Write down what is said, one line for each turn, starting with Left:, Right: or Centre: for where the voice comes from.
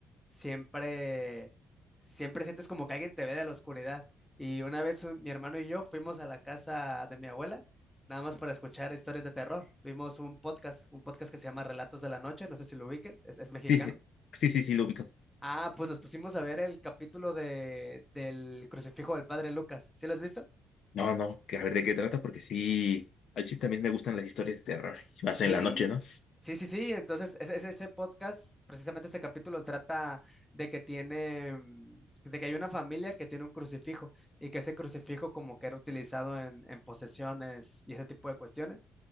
Centre: siempre, siempre sientes como que alguien te ve de la oscuridad. Y una vez un- mi hermano y yo fuimos a la casa de mi abuela, nada más para escuchar historias de terror. Vimos un podcast, un podcast que se llama Relatos de la Noche, no sé si lo ubiques, es, es mexicano.
Left: sí, sí, sí, sí, sí, lo ubico.
Centre: Ah, pues nos pusimos a ver el capítulo de, del crucifijo del padre Lucas. ¿Sí lo has visto?
Left: No, no, que a ver de qué trata, porque sí, al chip también me gustan las historias de terror, y más
Centre: Sí,
Left: en la noche, ¿no?
Centre: sí, sí, sí. Entonces, ese, ese ese podcast, precisamente ese capítulo trata de que tiene, mm, de que hay una familia que tiene un crucifijo y que ese crucifijo como que era utilizado en, en posesiones y ese tipo de cuestiones.